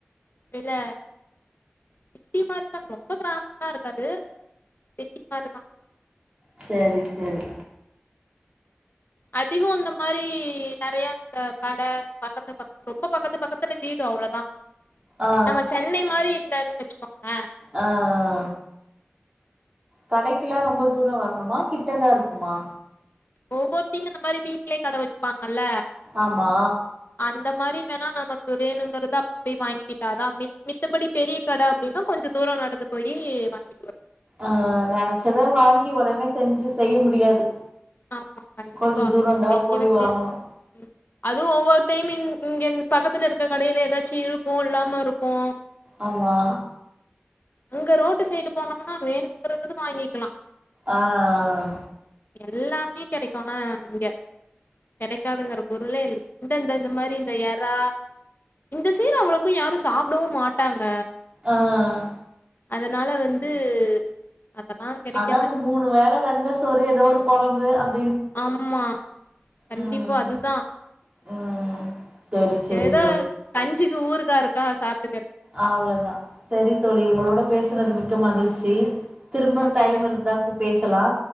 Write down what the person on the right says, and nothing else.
செரி செரி
ஆ
ஆ ஆ கடைக்கில்லா ரொம்ப தூரம் வரணுமா கிட்டதா இருக்குமா
ஆமா
ஆ நெனச்சத வாங்கி உடனே செஞ்சு செய்ய முடியாது
கொஞ்ச தூரந்தா
போய்
வாங்கணு
ஆமா
ஆ ஆ
ஆ ஆ
அதான் இந்த
மூணு வேல வெந்த சோறு ஏதோ ஒரு குழம்பு அப்
ம்
ம் செரி செரி
அவ்ளோதான் செரி தோழி உங்களோட பேசுனது மிக் க்க மகிழ்ச்சி திரும்ப
டைம்
இருந்தா கூப் பேஸ் கலா